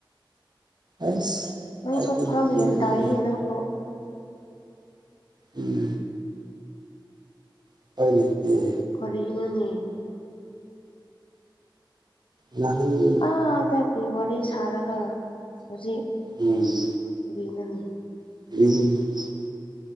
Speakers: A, on the right (about 55°); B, on the left (about 80°).
A: ꯑꯁ
B: ꯅꯪꯁꯨ
A: ꯑꯩꯒꯤ
B: ꯐꯔꯛ ꯌꯥꯝ ꯇꯥꯏꯍꯦ
A: <unintelligible>
B: ꯅꯪꯁꯨ
A: ꯎꯝ <unintelligible>
B: ꯀꯔꯤꯅꯣꯅꯦ
A: ꯅꯥꯍꯟ
B: ꯑꯥꯗꯒꯤ ꯋꯥꯔꯤ ꯁꯥꯔꯒ ꯍꯨꯖꯤꯛ
A: ꯎꯝ
B: ꯀꯔꯤꯅꯣꯅꯦ
A: <unintelligible>